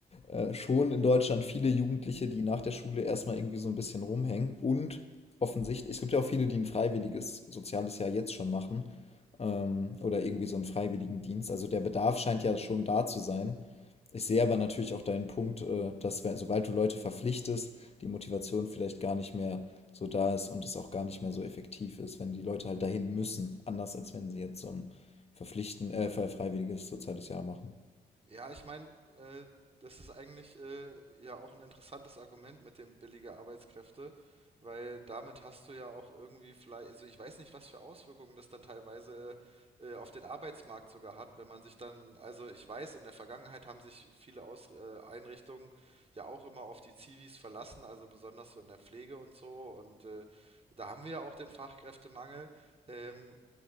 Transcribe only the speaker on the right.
Ja, ich meine, äh, das ist eigentlich äh, ja auch ein interessantes Argument mit dem billige Arbeitskräfte, weil damit hast du ja auch irgendwie vielleicht, also ich weiß nicht, was für Auswirkungen das dann teilweise äh, auf den Arbeitsmarkt sogar hat, wenn man sich dann, also ich weiß, in der Vergangenheit haben sich viele Aus äh, Einrichtungen ja auch immer auf die Zivis verlassen, also besonders so in der Pflege und so und äh, da haben wir ja auch den Fachkräftemangel. Ähm,